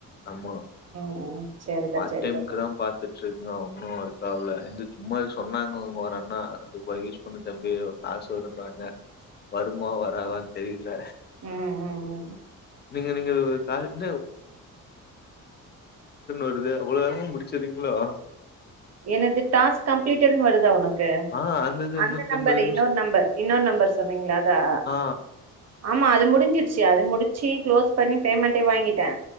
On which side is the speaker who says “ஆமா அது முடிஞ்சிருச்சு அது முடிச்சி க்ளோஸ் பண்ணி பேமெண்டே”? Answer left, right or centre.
Right